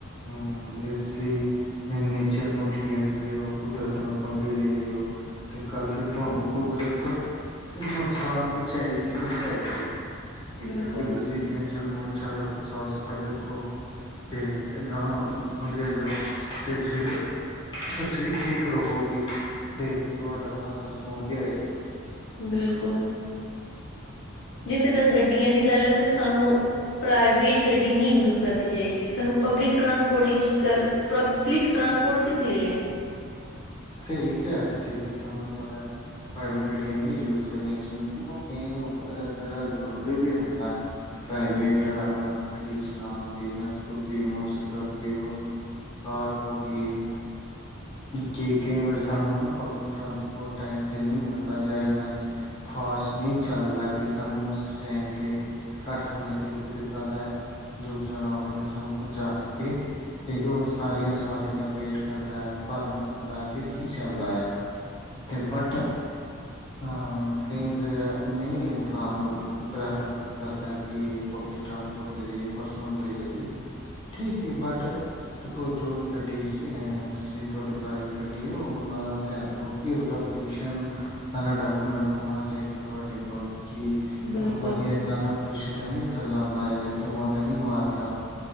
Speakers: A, on the left; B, on the left.
A: ਹਮ ਤੇ ਜੇ ਤੁਸੀਂ ਨੇਚਰ ਨੂੰ ਛੇੜ ਰਹੇ ਹੋ ਕੁਦਰਤ ਨਾਲ ਪੰਗੇ ਲੈ ਰਹੇ ਹੋ ਤੇ ਕੱਲ ਫੇਰ ਤੁਹਾਨੂੰ ਕੁਦਰਤ ਨੁਕਸਾਨ ਪਹੁੰਚਾਏਗੀ ਪਹੁੰਚਾਏਗੀ ਤੇ
B: ਬਿਲਕੁਲ
A: ਕਿਉਂਕਿ ਤੁਸੀਂ ਨੇਚਰ ਨੂੰ ਅੱਛਾ ਰੱਖੋ ਸਾਫ਼ ਸਫ਼ਾਈ ਰੱਖੋ ਤੇ ਤੇ ਨਾ ਪੰਗੇ ਲੋ ਅਤੇ ਫਿਰ ਤੁਸੀਂ ਠੀਕ ਰਹੋਗੇ ਤੇ ਤੁਹਾਡਾ ਸਾਰਾ ਸਿਸਟਮ ਵਧੀਆ ਰਹੇਗਾ
B: ਬਿਲਕੁਲ ਜਿੱਥੇ ਤੱਕ ਗੱਡੀਆਂ ਦੀ ਗੱਲ ਹੈ ਤੇ ਸਾਨੂੰ ਪ੍ਰਾਈਵੇਟ ਗੱਡੀ ਨਹੀਂ ਯੂਜ ਕਰਨੀ ਚਾਹੀਦੀ ਸਾਨੂੰ public transport use public transport ਕਿਸ ਲਈ ਹੈ
A: ਸਹੀ ਕਿਹਾ ਤੁਸੀਂ ਕਿ ਸਾਨੂੰ ਜ਼ਿਆਦਾ ਪ੍ਰਾਈਵੇਟ ਗੱਡੀਆਂ ਨਹੀਂ ਯੂਜ ਕਰਨੀਆਂ ਚਾਹੀ ਕਈ ਜਾ ਜ਼ਰੂਰੀ ਵੀ ਹੁੰਦਾ ਪ੍ਰਾਈਵੇਟ ਗੱਡੀ ਚਲਾਉਣ ਦੇ ਜਾਂ ਸਕੂਟੀ ਮੋਟਰਸਾਈਕਲ ਕੋ ਹੋਰ ਕਾਰ ਹੋ ਗਈ ਕਿ ਕਈ ਵਾਰ ਸਾਨੂੰ ਨਾ ਪਬਲਿਕ ਟਰਾਂਸਪੋਰਟ ਟਾਈਮ ਤੇ ਨਹੀਂ ਮਿਲਦਾ ਜਾਂ ਇੰਨਾ ਫਾਸਟ ਨਹੀਂ ਚੱਲਦਾ ਕਿ ਸਾਨੂੰ ਉਸ ਟਾਈਮ ਤੇਤੇ ਘੱਟ ਸਮੇ ਤੇ ਕਿਤੇ ਜ਼ਿਆਦਾ ਦੂਰ ਜਾਣਾ ਹੋਵੇ ਤੇ ਸਾਨੂੰ ਪਹੁੰਚਾ ਸਕੇ ਕਿਉਂਕਿ ਉਹ ਸਾਰੀਆਂ ਸਵਾਰੀਆਂ ਦਾ ਵੇਟ ਕਰਦਾ ਹੈ ਭਰਨ ਹੁੰਦਾ ਹੈ ਫਿਰ ਹੀ ਚੱਲਦਾ ਹੈ ਤੇ ਬਟ
B: ਹਮ
A: ਹਾਂ ਕਈ ਜਗ੍ਹਾ ਨਹੀਂ ਇਨਸਾਨ ਪ੍ਰੈਫਰੈਂਸ ਕਰਦਾ ਕਿ ਪਬਲਿਕ ਟਰਾਂਸਪੋਰਟ 'ਤੇ ਜਾਈਏ ਪਰਸਨਲ 'ਤੇ ਜਾਈਏ ਠੀਕ ਹੈ ਬਟ ਦੇਖੋ ਜੋ ਵੀ ਗੱਡੀ ਅ ਅਸੀਂ ਤੁਹਾਡੀ ਪ੍ਰਾਈਵੇਟ ਗੱਡੀ ਹੈ ਉਹ ਨਾਲ ਧਿਆਨ ਰੱਖੋ ਕਿ ਉਹਦਾ ਪੋਲਿਊਸ਼ਨ ਅ ਡਾਕੂਮੈਂਟ ਹੋਣਾ ਚਾਹੀਦਾ ਤੁਹਾਡੇ ਕੋਲ ਕੀ
B: ਬਿਲਕੁਲ
A: ਵਧੀਆ ਜ਼ਿਆਦਾ ਪੋਲਊਸ਼ਨਣ ਤਾਂ ਨਹੀਂ ਫੈਲਾਉਂਦਾ ਇਹ ਧੂੰਆਂ ਤਾਂ ਨਹੀਂ ਮਾਰਦਾ